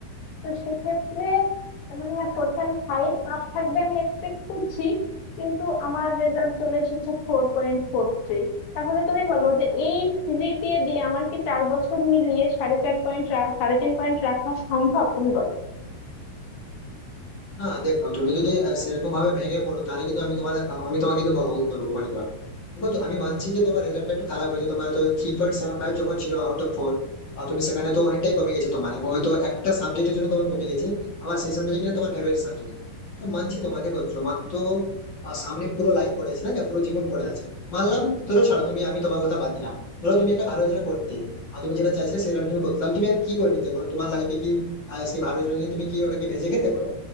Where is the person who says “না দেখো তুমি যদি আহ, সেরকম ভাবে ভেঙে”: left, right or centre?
Left